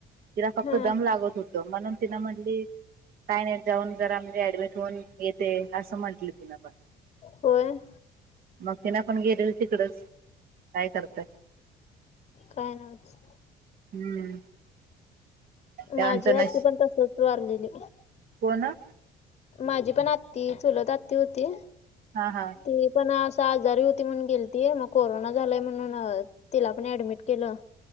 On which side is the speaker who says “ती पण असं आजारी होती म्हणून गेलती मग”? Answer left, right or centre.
Left